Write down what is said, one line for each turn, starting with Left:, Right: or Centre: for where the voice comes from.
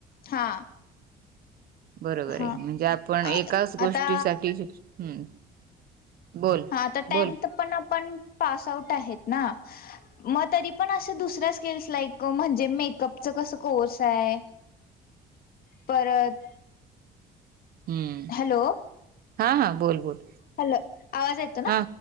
Left: हा.
Right: बरोबरये
Left: हा
Right: म्हणजे आपण एकाच
Left: आ
Right: गोष्टीसाठी
Left: आता
Right: हम्म. बोल
Left: हा त टेन्थ
Right: बोल
Left: पण आपण पास आऊट आहेत ना म ते ती. पण अशे दुसऱ्या स्किल्स लाईक म्हणजे मेकअपच कस कोर्स आहे. परत.
Right: हम्म
Left: हॅलो.
Right: हा हा बोल बोल.
Left: हॅलो आवाज येतो ना
Right: हा